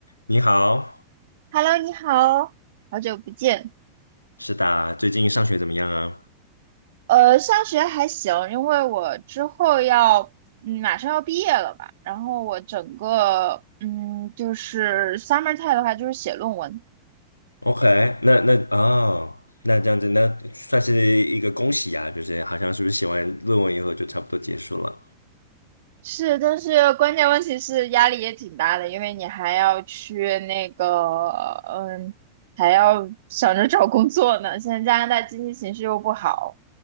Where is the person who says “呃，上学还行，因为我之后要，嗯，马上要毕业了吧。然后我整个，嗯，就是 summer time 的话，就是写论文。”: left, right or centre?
Right